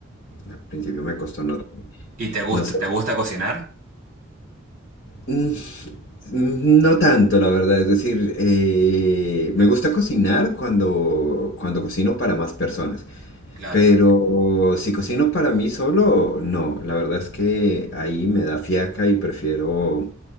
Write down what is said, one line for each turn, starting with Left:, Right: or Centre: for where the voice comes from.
Left: al principio me costó, no,
Right: ¿Y te gusta,
Left: no sé,
Right: te gusta cocinar?
Left: Mm, mm, no tanto, la verdad, es decir, eh, me gusta cocinar cuando, cuando cocino para más personas.
Right: Claro.
Left: Pero si cocino para mí solo, no. La verdad es que ahí me da fiaca y prefiero,